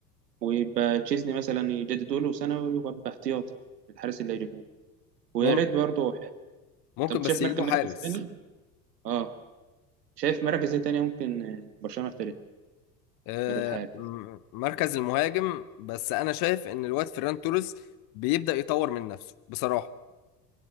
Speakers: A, on the right; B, on the left.
A: ويبقى تشيزني مثلا يجددوا له سنة ويبقى باحتياط الحارس اللي هيجيبوه ويا
B: ممكن
A: ريت برضه
B: ممكن
A: طب انت
B: بس
A: شايف
B: يجيبوا
A: مركز
B: حارس
A: مركز تاني اه شايف مراكز ايه تانية ممكن برشلونة يحتاجها
B: آه،
A: غير الحالي
B: م- مركز المهاجم بس انا شايف ان الواد فيران توريس بيبدأ يطور من نفسه بصراحة